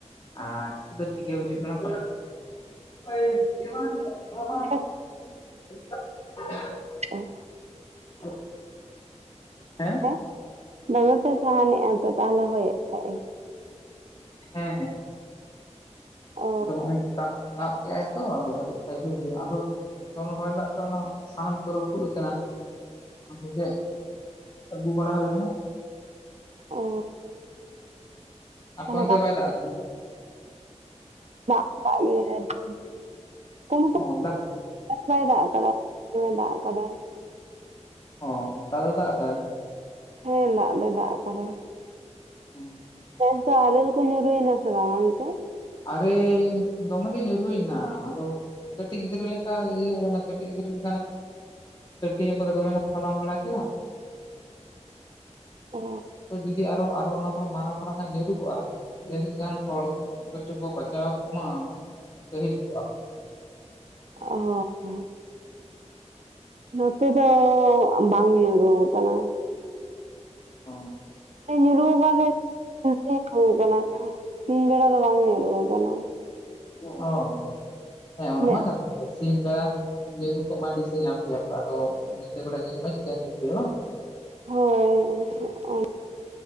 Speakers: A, on the left; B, on the right.
A: ᱟᱨ ᱱᱤᱛᱚᱜ ᱫᱚ ᱴᱷᱤᱠ ᱜᱮ ᱵᱩᱡᱷᱟᱹᱜ ᱠᱟᱱᱟ ᱛᱚ᱾ ᱳᱭ <unintelligible>
B: ᱵᱟᱝ ᱚᱸ᱾
A: ᱳᱵ ᱦᱮᱸ᱾
B: ᱮ ᱫᱚᱢᱮ ᱯᱮ ᱥᱟᱦᱟᱱᱮᱜᱼᱟ ᱛᱚ ᱛᱟᱦᱚᱞᱮ ᱦᱚᱭᱮᱫ ᱠᱷᱟᱡ ᱮ᱾
A: ᱦᱮᱸᱦᱮᱸ᱾
B: ᱚ
A: ᱟᱫᱚ ᱦᱚᱸᱜᱼᱚᱭ ᱫᱟᱜ ᱫᱟᱜ ᱠᱮᱜᱼᱟᱭ ᱛᱚ ᱟᱫᱚ ᱠᱟᱹᱴᱤᱡ ᱥᱤᱜᱤᱲ ᱜᱮ ᱟᱫᱚᱼᱼ ᱫᱚᱢᱮ ᱦᱚᱭ ᱫᱟᱜ ᱛᱮ ᱚᱱᱟ ᱥᱟᱦᱟᱱ ᱠᱚ ᱨᱟᱹᱯᱩᱫ ᱟᱠᱟᱱᱟ <unintelligible> ᱠᱚᱜᱮ᱾ ᱟᱹᱜᱩ ᱵᱟᱲᱟ ᱦᱩᱭ ᱱᱟ᱾
B: ᱚ
A: ᱟᱯᱮ
B: ᱛᱟᱦᱚᱞᱮ
A: ᱚᱱᱛᱮ
B: ᱜᱟᱱ
A: ᱵᱟᱭ ᱫᱟᱜ ᱠᱟᱫᱟ?
B: ᱫᱟᱜ ᱟᱠᱟᱜ ᱜᱮᱭᱟᱭ ᱱᱚᱛᱮ ᱠᱩᱢᱩ
A: ᱚ ᱫᱟᱜ
B: ᱛᱮ ᱵᱟᱭ ᱫᱟᱜ ᱟᱠᱟᱫᱟ᱾ ᱫᱚᱢᱮ ᱫᱟᱜ ᱟᱠᱟᱫᱟᱭ᱾
A: ᱦᱚᱸ ᱫᱟᱜ ᱫᱚ ᱫᱟᱜ ᱟᱠᱟᱫᱟᱭ᱾
B: ᱦᱮᱸ ᱫᱟᱜ ᱫᱚᱭ ᱫᱟᱜ ᱟᱠᱟᱫᱟᱭ᱾
A: ᱦᱩᱸ᱾
B: ᱱᱮᱥ ᱫᱚ ᱟᱨᱮᱞ ᱠᱚ ᱧᱩᱨᱩᱭᱱᱟ ᱥᱮ ᱵᱟᱝ ᱚᱱᱛᱮ?
A: ᱟᱨᱮᱞ ᱫᱚᱢᱮ ᱜᱤ ᱧᱩᱨᱩᱭᱱᱟ ᱟᱫᱚᱼᱼ ᱠᱟᱹᱴᱤᱡ ᱜᱤᱫᱽᱨᱟᱹ ᱞᱮᱠᱟ ᱤᱭᱟᱹ ᱠᱟᱱᱟ ᱠᱟᱹᱴᱤᱡ ᱜᱤᱫᱽᱨᱟᱹ ᱞᱮᱠᱟ ᱚᱱᱟᱼᱼ ᱴᱟᱹᱴᱭᱟᱹ ᱠᱚᱨᱮ ᱫᱚᱢᱮ ᱞᱮ ᱦᱟᱞᱟᱝ ᱵᱟᱲᱟ ᱠᱮᱫᱟ
B: ᱚ
A: ᱟᱨᱼᱼ ᱡᱩᱫᱤ ᱟᱨᱚ ᱟᱨᱚ ᱚᱱᱟ ᱠᱷᱚᱱᱟᱜ ᱢᱟᱨᱟᱝ ᱢᱟᱨᱟᱝᱟᱜ ᱧᱩᱨᱩ ᱠᱚᱜ-ᱟ ᱡᱟᱹᱱᱤᱡ ᱠᱷᱟᱱ ᱦᱚᱲᱼᱼ ᱠᱚᱪᱚ ᱠᱚ ᱵᱟᱡᱟᱣ ᱠᱚᱜ ᱢᱟ ᱠᱟᱹᱦᱤᱞ ᱠᱚᱜ-ᱟ ᱠᱚ᱾
B: ᱚᱻ <unintelligible> ᱱᱚᱛᱮ ᱫᱚ ᱵᱟᱝ ᱧᱩᱨᱩ ᱟᱠᱟᱱᱟ᱾
A: ᱚᱸ᱾
B: ᱮ ᱧᱩᱨᱩᱣᱠᱟᱱ ᱨᱮᱦᱚ ᱥᱤᱧ ᱵᱮᱲᱟ ᱫᱚ ᱵᱟᱝ ᱧᱩᱨᱩᱣ ᱠᱟᱱᱟ᱾
A: ᱚ ᱦᱚᱸᱣ ᱦᱮᱸ ᱚᱱᱟ
B: ᱢᱮᱫ
A: ᱢᱟ ᱠᱟᱛᱷᱟ ᱥᱤᱧ ᱵᱮᱲᱟ ᱧᱩᱨᱩ ᱠᱚᱜ ᱢᱟ ᱫᱤᱥᱟᱹ ᱧᱟᱢ ᱠᱮᱭᱟ ᱯᱮ ᱟᱫᱚ ᱧᱤᱫᱟᱹ ᱵᱮᱲᱟ ᱧᱩᱨᱩᱜ ᱢᱟ ᱪᱤᱠᱟᱢ ᱫᱤᱥᱟᱹᱭᱟ ᱵᱟᱝ᱾
B: ᱦᱚᱭ ᱦᱮᱸ ᱚᱱᱮ